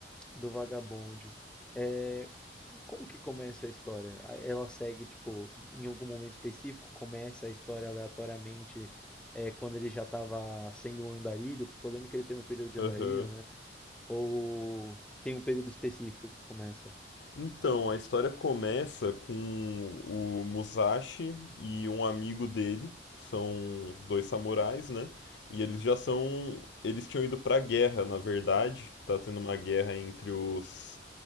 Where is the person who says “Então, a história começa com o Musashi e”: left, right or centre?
Left